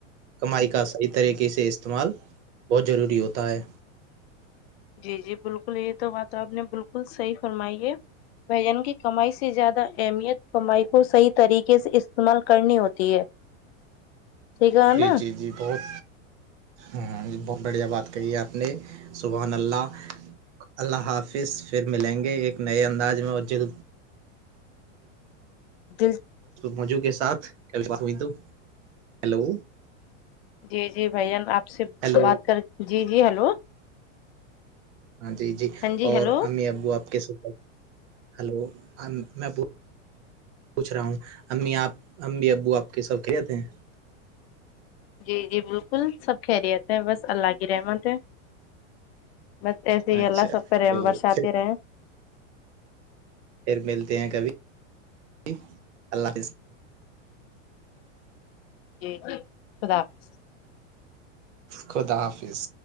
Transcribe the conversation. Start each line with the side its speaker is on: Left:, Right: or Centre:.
Right: کمائی کا صحیح طریقے سے استعمال بہت ضروری ہوتا ہے
Left: جی جی بالکل یہ تو بات آپ نے بالکل صحیح فرمائی ہے بھجن کی کمائی سے زیادہ اہمیت کمائی کو صحیح طریقے سے استعمال کرنی ہوتی ہے <unintelligible>
Right: جی
Left: نا
Right: جی جی بہت ہاں ج بہت بڑھیا بات کہی ہے آپ نے سبحان اللہ اللہ حافظ پھر ملیں گے ایک نئے انداز میں اور جد
Left: دل
Right: موجو کے ساتھ کبھی بات ہوئی تو ہیلو
Left: جی جی بھان آپ سے
Right: ہیلو
Left: بات کر جی جی ہلو
Right: ہاں جی جی
Left: ہاں
Right: اور
Left: ہیلو
Right: امی ابو آپ کے سات ہلو میں ابو پوچھ رہا ہوں امی آپ امی ابو آپ کے سب کھل جاتتے ہیں
Left: جی جی بالکل سب کہہریے آتے ہیں بس اللہ کی رحمت ہے متسی یہ
Right: اچھا
Left: ال سوپ ر
Right: تو
Left: ورش آتییر
Right: پھر پھر ملتے ہیں کبھی اللہ حافظ
Left: جی جی خدا حاظ
Right: خدا حافظ